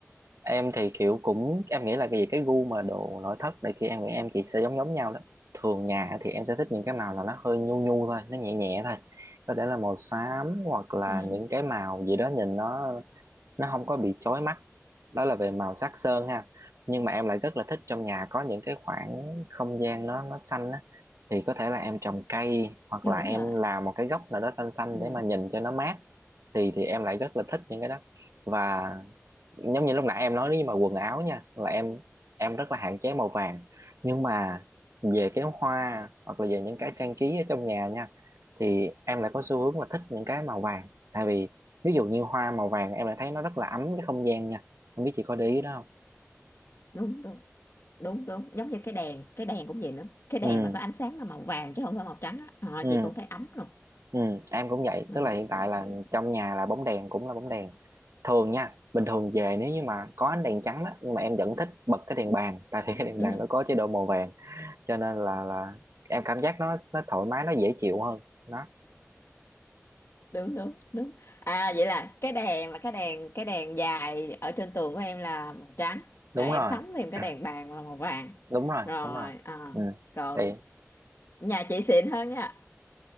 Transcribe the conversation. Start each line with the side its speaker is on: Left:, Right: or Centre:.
Right: em thì kiểu cũng em nghĩ là cái gì cái gu mà đồ nội thất này kia em nghĩ em chị sẽ giống giống nhau đó thường nhà thì em sẽ thích những cái màu là nó hơi nhu nhu thôi nó nhẹ nhẹ thôi có thể là màu xám hoặc là
Left: ừ.
Right: những cái màu gì đó nhìn nó nó không có bị chói mắt đó là về màu sắc sơn ha nhưng mà em lại rất là thích trong nhà có những cái khoảng không gian nó nó xanh á thì có thể là em trồng cây hoặc
Left: đúng
Right: là em
Left: rồi
Right: làm một cái góc nào đó xanh xanh
Left: ừ.
Right: để mà nhìn cho nó mát thì thì em lại rất là thích những cái đó và giống như lúc nãy em nói nếu như mà quần áo nha là em em rất là hạn chế màu vàng nhưng mà về cái hoa hoặc là về những cái trang trí ở trong nhà nha thì em lại có xu hướng là thích những cái màu vàng tại vì ví dụ như hoa màu vàng em lại thấy nó rất là ấm cái không gian nha không biết chị có để ý đó không
Left: đúng đúng đúng đúng giống như cái đèn cái đèn cũng vậy nữa cái
Right: ừ
Left: đèn mà có ánh sáng mà màu vàng chứ không phải màu trắng á Ờ,
Right: ừ
Left: chị cũng thấy ấm rồi
Right: ừ em cũng vậy
Left: ừ.
Right: tức là hiện tại
Left: Đó,
Right: là
Left: kiểu-
Right: trong nhà là bóng đèn cũng là bóng đèn thường nha bình thường về nếu như mà có ánh đèn trắng đó nhưng mà em vẫn thích bật cái đèn bàn tại vì cái đèn
Left: ừ.
Right: bàn nó có chế độ màu vàng cho nên là là em cảm giác nó nó thoải mái nó dễ chịu hơn đó
Left: đúng đúng đúng à vậy là cái đèn mà cái đèn cái đèn dài ở trên tường của em là màu trắng
Right: đúng
Left: à, em
Right: rồi
Left: sắm thêm cái
Right: <clears throat>
Left: đèn bàn là màu vàng
Right: đúng rồi
Left: rồi
Right: đúng rồi
Left: à,
Right: ừ
Left: còn
Right: thì
Left: nhà chị xịn hơn nha